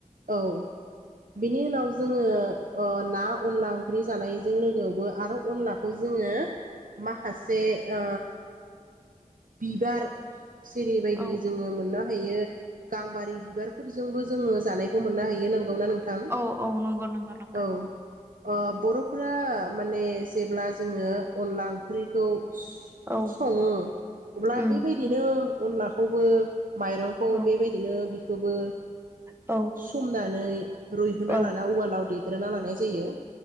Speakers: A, on the right (about 85°); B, on the right (about 20°).
A: औ बिनि ओनाव जोङो ओ ना अनला ओंख्रि जानायजों लोगोआवबो आरो अनलाखौ जों जोङो माखासे ओ बिबार सिरिबायदि
B: औ
A: जोङो मोननो हायो गांबारि बिबारफोरजोंबो जोङो जानायखौ मोननो हायो नोंगौ ना नोंथां?
B: औ नंगौ नंगौ नंगौ
A: औ। ओ बर'फोरा माने जेब्ला जोङो अनला ओंख्रि खौ
B: औ
A: सङो ब्ला
B: उम
A: बेबायदिनो अनलाखौबो माइरंखौ
B: औ
A: बेबायदिनो बिखोबो
B: औ
A: समनानै रुइहोना
B: औ
A: लाना उवालाव देग्रोना लानाय जायो।